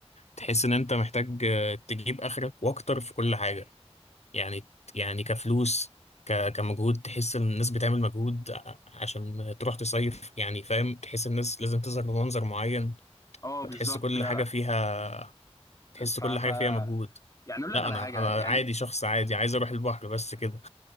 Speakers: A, on the left; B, on the left.
A: تحس ان انت محتاج آه، تجيب اخرك واكتر في كل حاجه يعني يعني كفلوس ك- كمجهود تحس ان الناس بتعمل مجهود ع- عشان تروح تصيف يعني فاهم تحس الناس لازم تظهر بمنظر معين
B: اه
A: فتحس
B: بالظبط
A: كل
B: جدع
A: حاجه فيها تحس
B: ف
A: كل
B: ف
A: حاجه فيها مجهود
B: يعني اقول لك
A: لا
B: على
A: انا
B: حاجه
A: انا
B: يعني
A: عادي شخص عادي عايز اروح البحر بس كده